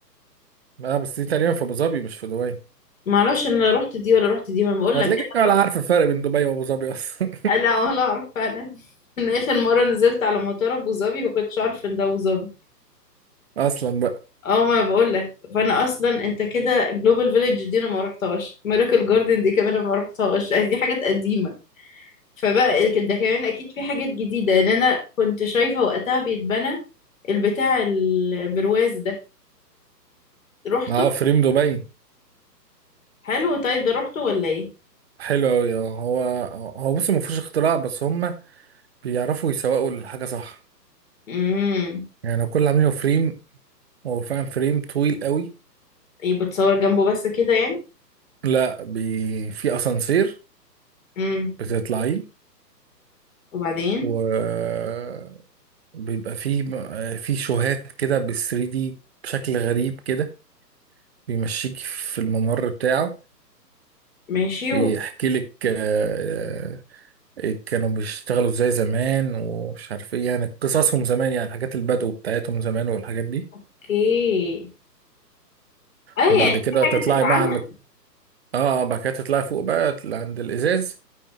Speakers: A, on the right; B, on the left.
A: اه بس دي تقريبا في ابو ظبي مش في دبي
B: ما اعرفش انا رحت دي ولا رحت دي ما بقول
A: هتلاقيك
B: لك انا
A: ولا
B: رحت
A: عارف الفرق بين دبي وابو ظبي اصلا
B: آه، لا ولا اعرف فعلا <laughs> من اخر مره نزلت على مطار ابو ظبي ما كنتش اعرف ان ده ابو ظبي
A: <laughs> اصلا بقى
B: اه ما بقول لك فانا اصلا انت كده جلوبال فيليج دي انا ما رحتهاش ميراكل جاردن دي كمان انا ما رحتهاش آه، دي حاجات قديمه فبقى كده ده كمان اكيد في حاجات جديده لان انا كنت شايفه وقتها بيتبنى البتاع البرواز ده رحته
A: اه فريم دبي
B: حلو طيب ده رحته ولا ايه
A: حلو قوي اه هو هو بص ما فيهوش اختراع بس هم بيعرفوا يسوقوا الحاجة صح
B: امم
A: يعني كل اللي عاملينه فريم هو فعلا فريم طويل قوي
B: ايه بتصور جنبه بس كده يعني
A: لا بي... في اسانسير
B: امم
A: بتطلعيه
B: وبعدين
A: وبيبقى فيه في شوهات كده بال 3 دي بشكل غريب كده بيمشيك في الممر بتاعه
B: ماشي
A: بيحكي لك آه، آه، كانوا بيشتغلوا ازاي زمان ومش عارف ايه يعني قصصهم زمان يعني حاجات البدو بتاعتهم زمان والحاجات دي
B: اوكي اه يعني
A: وبعد
B: في
A: كده
B: حاجة
A: تطلعي
B: تتعمل
A: بقى عند اه آه، بعد كده تطلعي فوق بقى عند الازاز